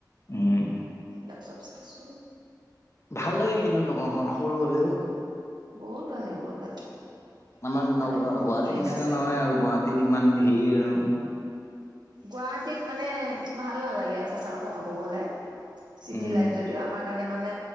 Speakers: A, on the left (about 40°); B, on the right (about 70°).
A: উম,
B: এইবিলাক চব চাইছোঁ।
A: ভাল লাগে কিন্তু নগাওঁ খন সৰু হ'লেও
B: বহুত ভালে লাগে বহুত ভাল লাগে।
A: আমাৰ ন
B: তাতে মোৰ বহুত
A: গুৱাহাটীৰ
B: ফ্ৰেণ্ড
A: নিচিনা
B: আছে।
A: নহয় আৰু গুৱাহাটীত ইমান ভিৰ আৰু।
B: গুৱাহাটীত মানে ভাল নালাগে সঁচা কথা ক'ব গ'লে। চিটি
A: উম,
B: লাইফ যদিও আমাৰ কাৰণে মানে